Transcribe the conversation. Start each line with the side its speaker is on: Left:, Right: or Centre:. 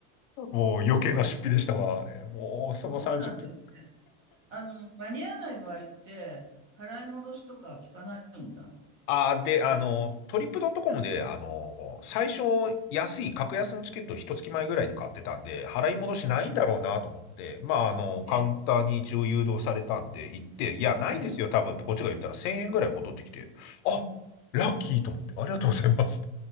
Left: もう余計な出費でしたわ、あれ。もうその30分。
Right: そうなんですね。あの、間に合わない場合って、払い戻すとか聞かないんだ。
Left: あー、で、あの、トリップドットコムで、あの、最初安い、格安のチケットを一月前ぐらいに買ってたんで、払い戻しないんだろうなと思って、
Right: ええ
Left: まあ、あの、カウンターに一応誘導されたんで、
Right: ええ
Left: 行って、いや、ないですよ、
Right: ええ
Left: 多分ってこっちが言ったら1000円ぐらい戻ってきて、あ、ラッキーと思って、ありがとうございます。